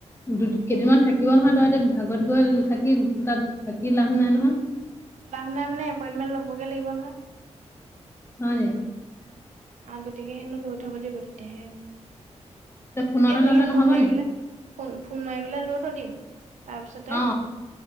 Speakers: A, on the left; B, on the right.
A: দু কেইদিনমান থাকিব নহয় তই এতিয়া আগত গৈ থাকি তাত থাকি লাভ নাই নহয়
B: লাভ নাই মানে এপইনমেণ্ট ল'বগে লাগিব নহয়
A: হয় নি
B: আগতীয়াকে হেনো লৈ থব লাগিব তেতিয়াহে হব
A: তই ফোনতে
B: এই তেনেকে
A: ল'লে নহ'ব
B: ফোন মাৰি
A: নি?
B: পেলাই ফোন ফোন মাৰি পেলাই লৈ থৈ দিম তাৰপিছতে
A: অ,